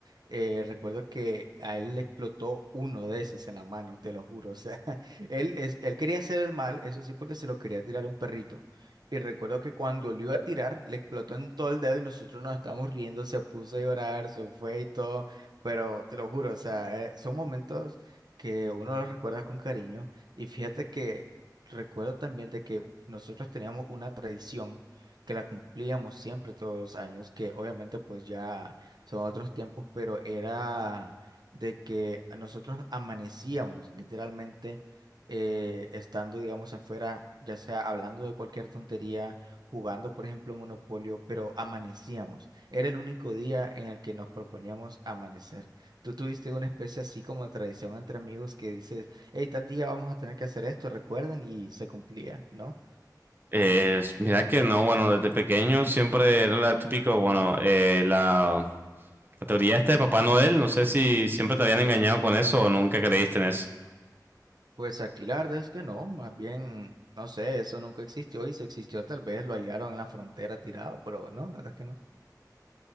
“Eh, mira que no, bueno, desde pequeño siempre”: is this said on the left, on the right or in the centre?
Right